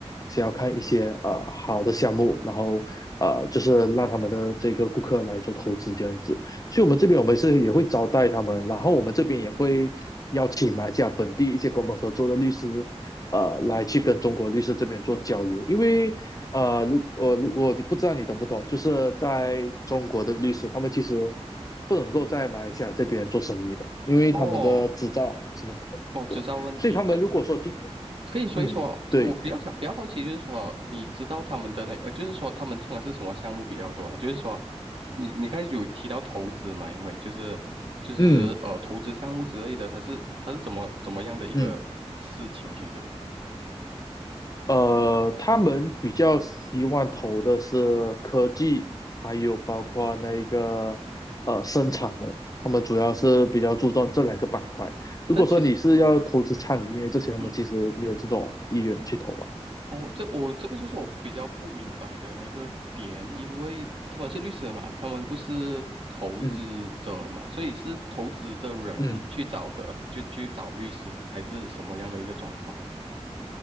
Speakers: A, on the left; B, on the right.
A: 想要看一些呃好的项目，然后呃就是让他们的这个顾客来做投资这样子。所以我们这边我们是也会招待他们，然后我们这边也会邀请马来西亚本地一些跟我们合作的律师，呃，来去跟中国律师这边做交流。因为呃，如我我不知道你懂不懂，就是在中国的律师，他们其实不能够在马来西亚这边做生意的，因为他们的执照什么的。
B: 哦，哦，知道问题，
A: 所以他们如果说今天，
B: 这可以说一说。
A: 嗯，对，
B: 我比较想比较好奇，就是说，你知道他们的那呃，就是说他们通常是什么项目比较多啊？就是说，你你刚才有提到投资嘛？因为就是就是呃，
A: 嗯
B: 投资项目之类的，它是它是怎么怎么样的一个事情？
A: 嗯。
B: 其实，
A: 呃，他们比较希望投的是科技，还有包括那个呃生产的，他们主要是比较注重这两个板块。如果说你是要投资餐饮业这些，
B: 但其实。
A: 他们其实没有这种意愿去投吧。
B: 嗯。哦，这我这个就是我比较不明白的那个点，因为他们是律师嘛，他们不是投资者嘛，
A: 嗯
B: 所以是投资的人去找的，
A: 嗯，
B: 就去找律师，还是什么样的一个状况？